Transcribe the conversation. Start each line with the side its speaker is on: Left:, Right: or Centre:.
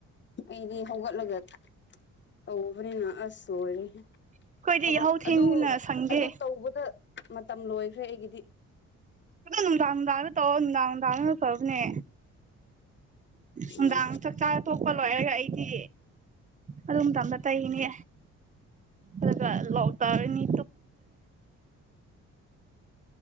Left: ꯑꯩꯗꯤ ꯍꯧꯒꯠꯂꯒ ꯇꯧꯕꯅꯤꯅ ꯑꯁ꯫ ꯇꯣꯏꯔꯦ
Right: ꯑꯩꯈꯣꯏꯗꯤ
Left: ꯊꯕꯛ
Right: ꯌꯥꯍꯧ ꯊꯦꯡꯅ
Left: ꯑꯗꯨ
Right: ꯁꯪꯗꯦ
Left: ꯑꯗꯨ ꯇꯧꯕꯗ ꯃꯇꯝ ꯂꯣꯏꯈ꯭ꯔꯦ ꯑꯩꯒꯤꯗꯤ꯫
Right: ꯑꯗꯣ ꯅꯨꯡꯗꯥꯡ ꯅꯨꯡꯗꯥꯡꯗꯥ ꯇꯧꯎ ꯅꯨꯡꯗꯥꯡ ꯅꯨꯡꯗꯥꯡ ꯐꯕꯅꯦ ꯅꯨꯡꯗꯥꯡ
Left: ꯎꯝ
Right: ꯆꯥꯛ ꯆꯥꯆ ꯇꯣꯛꯄ ꯂꯣꯏꯔꯒ ꯑꯩꯗꯤ ꯑꯗꯨ ꯃꯇꯝꯗ ꯇꯩꯅꯦ꯫ ꯑꯗꯨꯒ ꯂꯣꯛ ꯇꯥꯔꯅꯤ